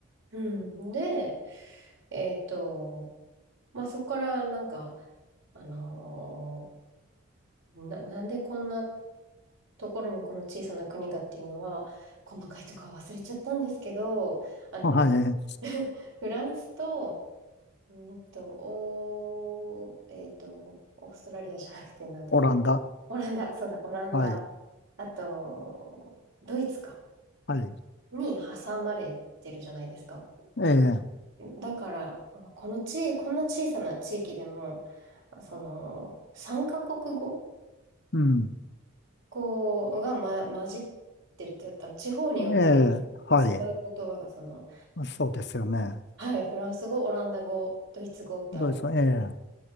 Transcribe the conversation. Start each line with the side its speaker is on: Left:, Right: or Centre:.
Right: うん、で、えっと、まあ、そこからなんか、あのーな、なんでこんなところにこの小さな国がっていうのは、細かいとかは忘れちゃったんですけど、あの、
Left: はい。
Right: <laughs> フランスと、うんと、おー、えっと、オーストラリアじゃなくて何です
Left: オランダ。
Right: オランダ、そうだ、オランダ。
Left: はい。
Right: あと、ドイツか、
Left: はい。
Right: に挟まれてるじゃないですか。
Left: ええ、
Right: だから、あこのち、こんな小さな地域でも、あその、3カ国語
Left: うん。
Right: こうが、ま、混じってるって言ったの、地方によって使う言葉が、
Left: ええ、はい。
Right: その、
Left: そうですよね。
Right: はい、フランス語、オランダ語、ドイツ語ってある。
Left: どうですか。ええ、